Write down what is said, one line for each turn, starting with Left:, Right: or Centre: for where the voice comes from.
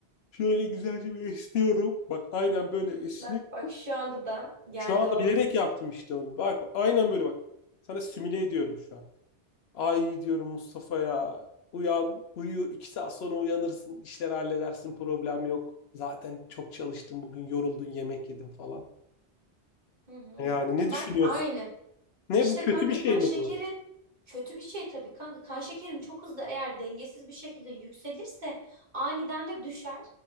Left: şöyle güzelce bir esniyorum. Bak aynen böyle esniyorum.
Right: Bak bak şu anda da geldi
Left: Şu anda
Right: o.
Left: bilerek yaptım işte onu. Bak, bak aynen böyle bak. Sana simüle ediyorum şu an. Ay diyorum Mustafa ya. Uyan, uyu. iki saat sonra uyanırsın. İşleri halledersin. Problem yok. Zaten çok çalıştım bugün. Yoruldun, yemek yedim falan.
Right: Hı hı.
Left: Yani ne
Right: Bak
Left: düşünüyorsun?
Right: aynı.
Left: Ne
Right: İşte
Left: bu kötü
Right: kanka
Left: bir şey
Right: kan
Left: mi
Right: şekeri
Left: bu?
Right: kötü bir şey tabii kanka. Kan şekerin çok hızlı eğer dengesiz bir şekilde yükselirse aniden de düşer.